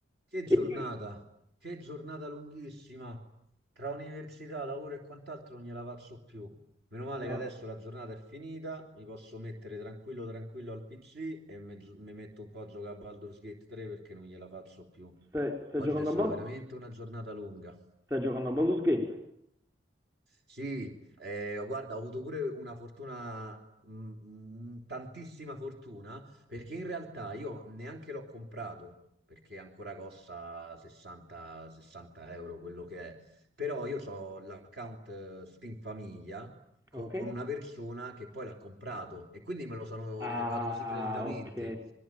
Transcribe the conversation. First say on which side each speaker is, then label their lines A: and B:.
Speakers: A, on the right; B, on the right.
A: Che giornata,
B: E lui,
A: che giornata lunghissima. Tra università, lavoro e quant'altro non gliela faccio più. Meno male
B: no,
A: che adesso la giornata è finita, mi posso mettere tranquillo tranquillo al PC e me- mi metto un po' a giocare a Baldur's Gate 3 perché non gliela faccio più.
B: sta, sta
A: Oggi
B: giocando
A: è stata
B: a Bal-
A: veramente una giornata lunga.
B: sta giocando a Baldur's Gate.
A: Sì, eh, guarda, ho avuto pure una fortuna, mm, mm, tantissima fortuna, perché in realtà io neanche l'ho comprato, perché ancora costa 60, 60 euro quello che è. Però io ho l'account eh, Steam Famiglia co-
B: Ok.
A: con una persona che poi l'ha comprato e quindi me lo sono
B: Ah,
A: ritrovato così gratuitamente.
B: ok,